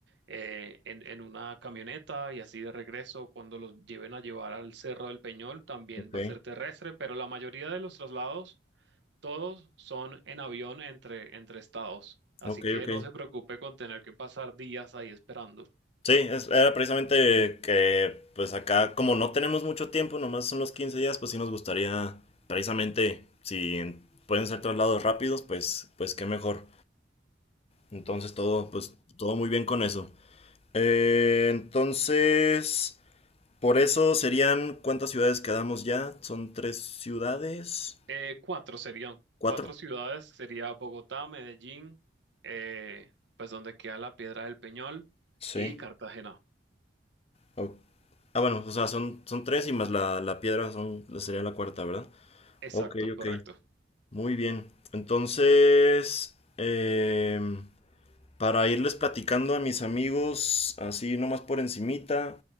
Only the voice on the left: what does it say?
Ok.
Ok,
ok.
Sí, es- era precisamente que pues acá como no tenemos mucho tiempo, nomás son los 15 días, pues sí nos gustaría precisamente si en- pueden ser traslados rápidos, pues pues qué mejor. Entonces todo pues todo muy bien con eso. Eh, entonces, por eso serían ¿cuántas ciudades quedamos ya? Son tres ciudades,
cuatro.
Sí.
O- Ah, bueno, o sea, son, son tres y más la, la piedra son, sería la cuarta, ¿verdad?
Ok,
ok. Muy bien. Entonces, eh, para irles platicando a mis amigos, así nomás por encimita,